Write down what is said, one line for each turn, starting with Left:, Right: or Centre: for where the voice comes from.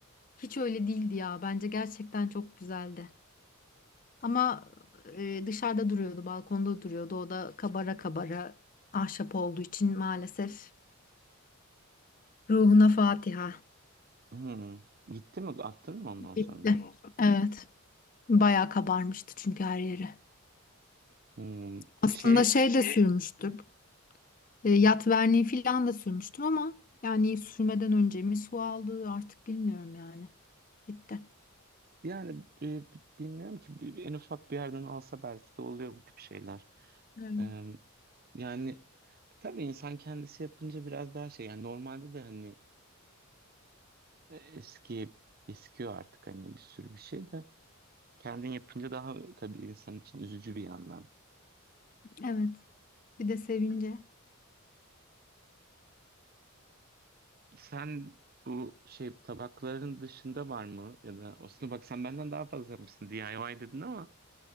Left: Hiç öyle değildi ya. Bence gerçekten çok güzeldi. Ama e, dışarıda duruyordu, balkonda duruyordu. O da kabara kabara ahşap olduğu için maalesef ruhuna Fatiha.
Right: Hı. Gitti mi? Attın mı ondan sonra?
Left: Gitti. Evet. Bayağı kabarmıştı çünkü her yeri.
Right: Hmm,
Left: Aslında
Right: Şey
Left: şey de Şey, sürmüştük. E, yat verniği falan da sürmüştüm ama yani sürmeden önce mi su aldı artık bilmiyorum yani. Gitti.
Right: yani e, bilmiyorum ki bir- en ufak bir yerden alsa belki de oluyor bu tip şeyler.
Left: Evet.
Right: Ee, yani tabii insan kendisi yapınca biraz daha şey yani normalde de hani e, eski eskiyor artık hani bir sürü bir şey de kendin yapınca daha tabii insan için üzücü bir yandan.
Left: Evet. Bir de sevince.
Right: Sen bu şey tabakların dışında var mı? Ya da aslında bak sen benden daha fazla yapmışsın DIY dedin ama.